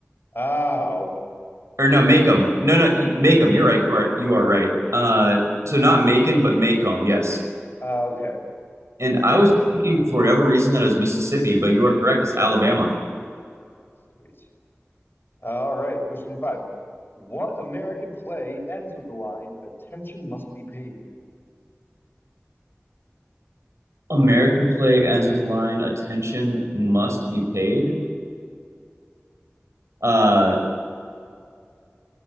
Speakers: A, on the left; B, on the right.
A: Oh,
B: or no, Macomb. No, no, you- Macomb. You're right. You are you are right. Uh so not Macon but Macomb, yes.
A: Uh, okay,
B: And
A: okay,
B: I was
A: okay.
B: thinking for whatever reason that it was Mississippi, but you are correct. It's Alabama.
A: Sweet. All right. Question 25. What American play ends with the line "Attention must be paid"?
B: American play ends with the line attention must be paid. Uh
A: Yeah,